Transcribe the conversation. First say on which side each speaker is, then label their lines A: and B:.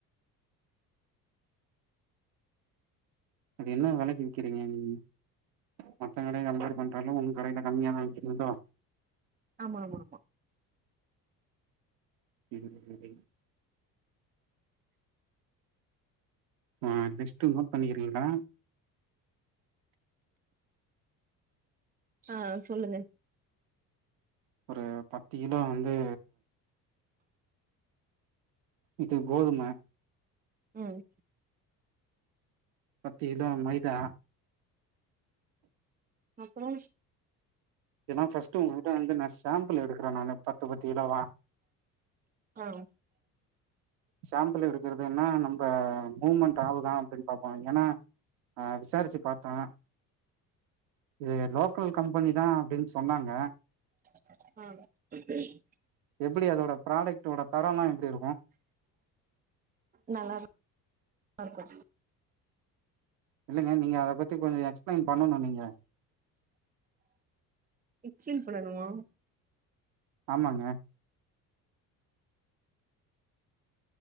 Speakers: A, on the right (about 60°); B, on the right (about 20°).
A: அது என்ன வெலைக்கு வி்க்கிறீங்க நீங் மத்த கடைய கம்பேர் பண்றலோ உன் கடையில கம்மியாதான் விக்கிறிங்களோ
B: ஆமா ஆமா ஆமா
A: <inaudible> ஆ லிஸ்ட் நோட் பண்ணிக்கிறீங்களா
B: ஆஹ் சொல்லுங்க
A: ஒரு பத் து கிலோ வந்து இது கோதும
B: ம்
A: பத்து கிலோ மைதா
B: அப்புறம்
A: இதல்லாம் பஸ்ட்டு உங்ககிட்ட வந்து நான் சேம்பள் எடுக்கிறன் நானு பத்து பத்து கிலோவா
B: ஆ
A: சேம்பள் எடுக்கறதுன்னா நம்ப மூ்மெண்ட் ஆவுதான் அப்படினு பாப்போம் ஏன்னா ஆ விசாரிச்சு பாத்த இது லோக்கல் கம்பெனி தான் அப்படின்னு சொன்னாங்க
B: ஆ
A: எப்படி அதோட ப்ராடக்டோட தரம்லாம் எப்டி இருக்கும்
B: நல்லா இருக்கும்
A: இல்லைங்க நீங்க அத பத்தி கொஞ்சம் எக்ஸ்பிளைன் பண்ணணும் நீங்க
B: எக்ஸ்பிளைன் பண்ணணுமா
A: ஆமாங்க